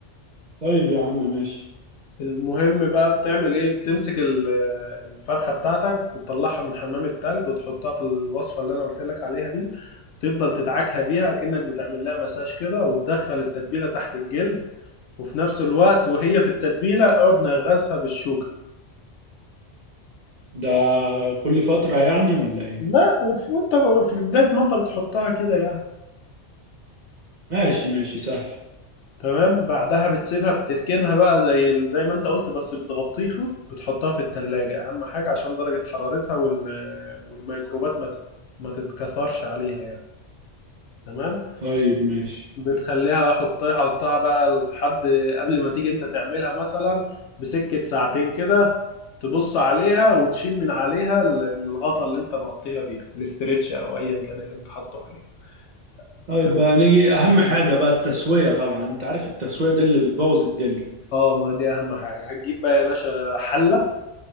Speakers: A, on the right; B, on the left.
A: طيب يا عم ماشي
B: المهم بقى بتعمل ايه بتمسك ال- الفرخة بتاعتك بتطلعها من حمام التلج وتحطها في الوصفة اللي انا قلت لك عليها دي تفضل تدعكها بيها كأنك بتعمل لها مساج كده وتدخل التتبيلة تحت الجلد وفي نفس الوقت وهي في التتبيلة اقعد نغزها بالشوكة
A: ده كل فترة يعني ولا ايه؟
B: لا وفي- وانت ب- في بداية ما انت بتحطها كده يعني
A: ماشي ماشي سهل
B: تمام بعدها بتسيبها بتركنها بقى زي ال- زي ما انت قلت بس بتغطيها بتحطها في التلاجة اهم حاجة عشان درجة حرارتها وال... والميكروبات ما تت... ما تتكثرش عليها يعني تمام
A: طيب ماشي
B: بتخليها حطها حطها بقى لحد قبل ما تيجي انت تعملها مثلا بسكة ساعتين كده تبص عليها وتشيل من عليها ال- الغطا اللي انت مغطيها بيها الاسترتش او ايا كان اللي انت حاطه عليه
A: طيب
B: تمام
A: بقى نيجي اهم حاجة بقى التسوية طبعا انت عارف التسوية دي اللي بتبوظ الدنيا
B: اه ما دي اهم حاجة هتجيب بقى يا باشا حلة